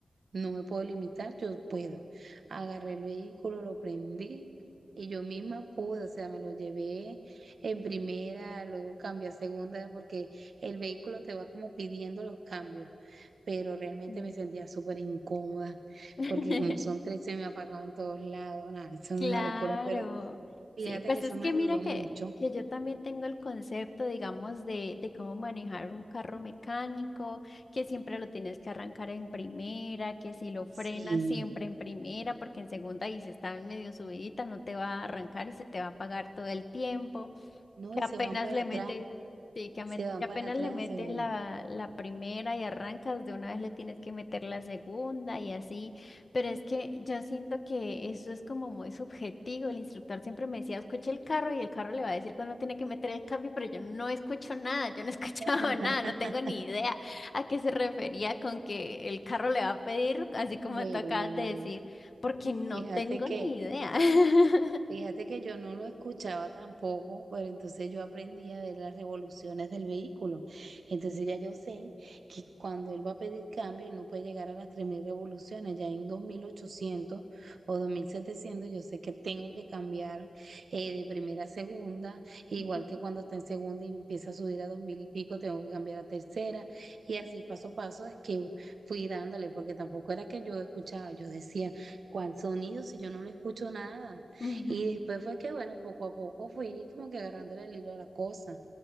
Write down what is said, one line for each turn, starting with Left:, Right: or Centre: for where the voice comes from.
Right: No me puedo limitar, yo puedo. Agarré el vehículo, lo prendí y yo misma pude, o sea, me lo llevé en primera, luego cambié a segunda porque el vehículo te va como pidiendo los cambios, pero realmente
Left: Sí.
Right: me sentía súper incómoda
Left: <laughs>
Right: porque como son tres se me apagaban todos lados, nada, eso
Left: Claro,
Right: es una locura, pero fíjate
Left: sí, pues
Right: que eso
Left: es
Right: me
Left: que
Right: ayudó
Left: mira que,
Right: mucho.
Left: que yo también tengo el concepto, digamos, de, de cómo manejar un carro mecánico, que siempre lo tienes que arrancar en primera, que si lo frenas
Right: Sí,
Left: siempre en primera, porque en segunda y si está medio subidita no te va a arrancar y se te va a apagar todo el tiempo.
Right: no,
Left: Que
Right: y se
Left: apenas
Right: van para
Left: le
Right: atrás,
Left: metes, sí, que, ame-
Right: se van
Left: que
Right: para
Left: apenas
Right: atrás,
Left: le metes
Right: se van.
Left: la, la primera y arrancas, de una vez le tienes que meter la segunda y así. Pero es que yo siento que eso es como muy subjetivo. El instructor siempre me decía, escuche el carro y el carro le va a decir cuándo tiene que meter el cambio, pero yo no escucho nada, yo no he <laughs> escuchado
Right: <laughs>
Left: nada, no tengo ni idea a qué se refería con que el carro le va a pedir, así como
Right: Bueno,
Left: tú acabas
Right: bueno,
Left: de decir,
Right: bueno.
Left: porque no
Right: Fíjate
Left: tengo
Right: que
Left: ni idea. <laughs>
Right: Fíjate que yo no lo escuchaba tampoco, pero entonces yo aprendí a ver las revoluciones del vehículo. Entonces ya yo sé que cuando él va a pedir cambio, él no puede llegar a las 3.000 revoluciones. Ya en 2.800 o 2.700, yo sé que tengo que cambiar eh, de primera a segunda, igual
Left: Ujú.
Right: que cuando está en segunda y empieza a subir a 2.000 y pico, tengo que cambiar a tercera. Y así paso a paso es que fui dándole, porque tampoco era que yo escuchaba, yo decía, ¿cuál sonido si yo no le escucho nada?
Left: Ujú,
Right: Y después fue que, bueno, poco a poco fui como que agarrándole el hilo a la cosa.